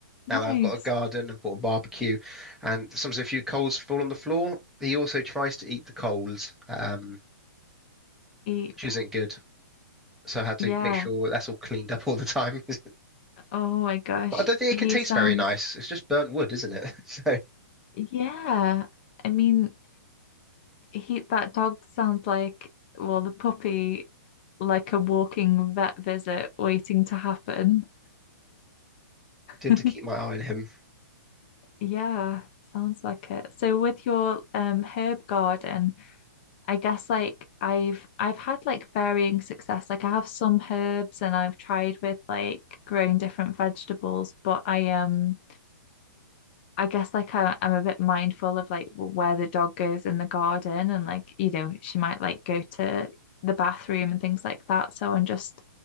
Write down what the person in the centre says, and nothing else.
Now that I've got a garden and bought a barbecue, and sometimes a few coals fall on the floor, he also tries to eat the coals, um,
which isn't good. So I had to
make sure that's all cleaned up all the time. <laughs>
But I don't think
it can taste
very nice. It's just burnt wood, isn't it? <laughs> So I
have
to keep my eye on him.